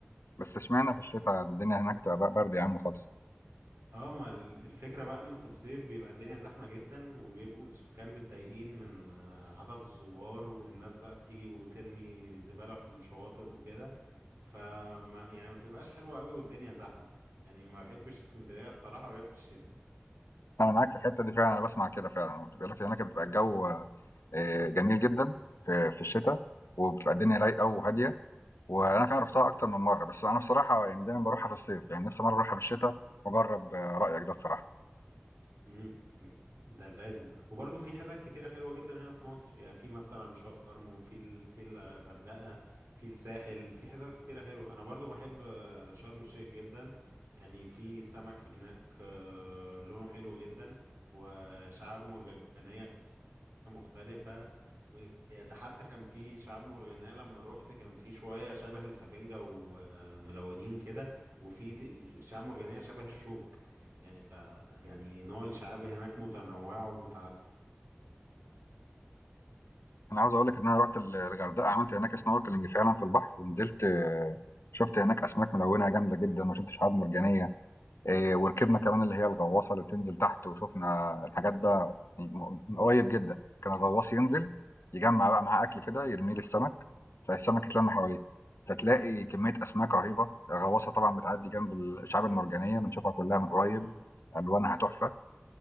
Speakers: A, on the left; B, on the right.
A: بس اشمعنى في الشتاء الدنيا هناك بتبقى برد يا عم خالص
B: اه ما ال- الفكرة بقى ان في الصيف بيبقى الدنيا زحمة جدا وبيبقوا السكان متضايقين من آه، عدد الزوار والناس بقى بتيجي وترمي زبالة في الشواطئ وكده فما يعني ما بتبقاش حلوة قوي والدنيا زحمة يعني ما بحبش اسكندرية الصراحة غير في الشتاء
A: انا معاك في الحته دي فعلا انا بسمع كده فعلا بيقول لك هناك بتبقى الجو آه، جميل جدا في في الشتاء وبتبقى الدنيا رايقه وهاديه وانا فعلا رحتها اكتر من مره بس انا بصراحه يعني دايما بروحها في الصيف يعني نفسي مره اروحها في الشتاء واجرب آه، رايك ده بصراحه
B: امم ده لازم وبرضه في حتت كتيرة حلوة جدا هنا في مصر يعني في مثلا شرم وفي ال... في الغردقة في الساحل في حتت كتيرة حلوة أنا برضه بحب آه، شرم الشيخ جدا يعني في سمك هناك آه، لونه حلو جدا وشعاب مرجانية مختلفة وده حتى كان في شعاب مرجانية لما روحت كان في شوية شبه السفنجة وملونين كده وفي دي- شعاب مرجانية شبه الشوك يعني ف يعني نوع الشعاب هناك متنوعة ومتعددة
A: انا عاوز اقول لك ان انا رحت ال- الغردقه عملت هناك سنوركلينج فعلا في البحر ونزلت آه، شفت هناك اسماك ملونه جامده جدا وشفت شعاب مرجانيه إيه، وركبنا كمان اللي هي الغواصه اللي بتنزل تحت وشفنا الحاجات بقى يعني م- من قريب جدا كان الغواص ينزل يجمع بقى معاه اكل كده يرميه للسمك فالسمك يتلم حواليه فتلاقي كميه اسماك رهيبه الغواصه طبعا بتعدي جنب الشعاب المرجانيه بنشوفها كلها من قريب
B: مم.
A: الوانها تحفه